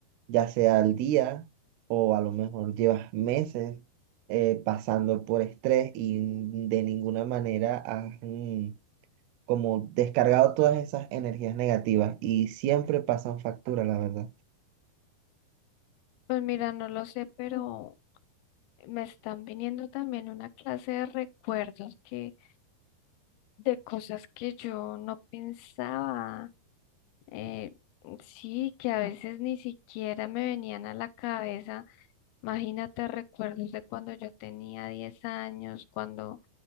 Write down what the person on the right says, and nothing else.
ya sea al día o a lo mejor llevas meses eh, pasando por estrés y de ninguna manera has mm, como descargado todas esas energías negativas y siempre pasan factura, la verdad.